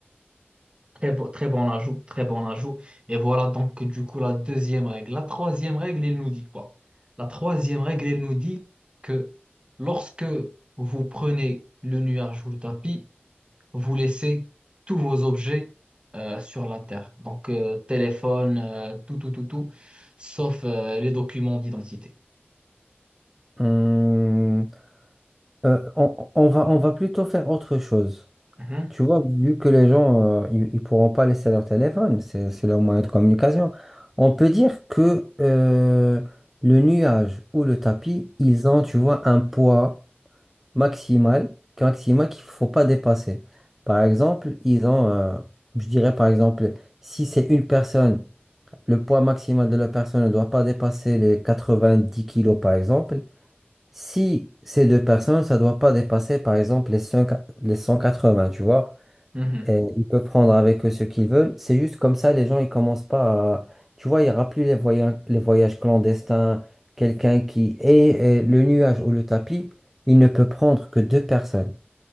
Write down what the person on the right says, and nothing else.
Très bon, très bon ajout, très bon ajout. Et voilà donc du coup la deuxième règle. La troisième règle, elle nous dit quoi? La troisième règle, elle nous dit que lorsque vous prenez le nuage ou le tapis, vous laissez tous vos objets euh, sur la terre. Donc euh, téléphone, euh, tout, tout, tout, tout, sauf euh, les documents d'identité.
Mhm,
mhm.